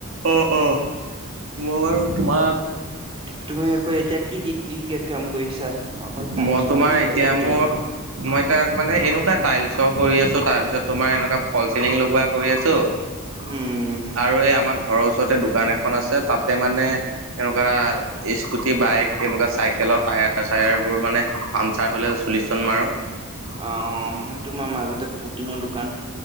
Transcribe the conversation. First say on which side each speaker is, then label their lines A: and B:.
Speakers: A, on the right; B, on the right.
A: অ অ মই বাৰু তোমাৰ
B: তুমি কৌ এতিয়া কি কি কি কি কাম কৰি আছা অকল
A: মই
B: টাইল চৰে
A: তোমাৰ
B: নে
A: এতিয়া
B: বেলেগ কিবা
A: মোৰ
B: কিবি
A: মই এ তাক মানে এনেকুৱা টাইলছৰ কৰি আছো তাৰ পিছত তোমাৰ এনেকুৱা ফল চিলিং লগোৱা কৰি আছো
B: উম
A: আৰু এই আমাৰ ঘৰৰ ওচৰতে দোকান এখন আছে তাতে মানে এনেকুৱা স্কুটি বাইক এনেকুৱা চাইকেলৰ টায়াৰ চায়াৰ বোৰ মানে পামচাৰ হলে চলিশন মাৰো
B: অ মই তোমাৰ মাজতে পুটিনৰ দোকান